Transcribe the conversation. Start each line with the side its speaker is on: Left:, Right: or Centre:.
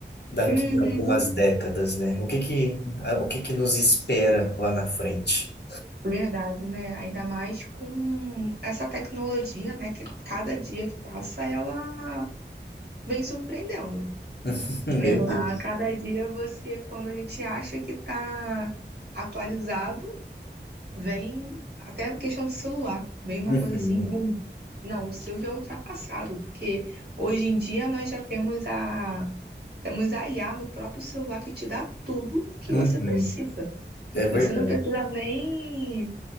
Left: daqui
Right: Uhum,
Left: a algumas décadas, né? O que que, a- o que que nos espera lá na frente?
Right: verdade, né? Ainda mais com essa tecnologia, né? Que cada dia que passa, ela vem surpreendendo.
Left: <laughs> Meu
Right: Ela,
Left: Deus.
Right: cada dia você, quando a gente acha que tá atualizado, vem até a questão de celular. Vem uma
Left: Uhum,
Right: coisa assim, bum. Não, o seu já é ultrapassado, porque hoje em dia nós já temos a Temos a IA no próprio celular que te dá tudo o que
Left: uhum.
Right: você precisa.
Left: É verdade.
Right: Você não precisa nem,